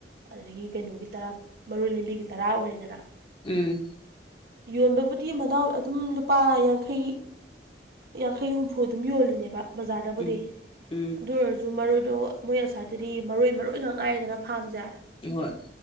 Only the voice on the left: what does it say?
ꯎꯝ
ꯎꯝ ꯎꯝ
ꯍꯣꯏ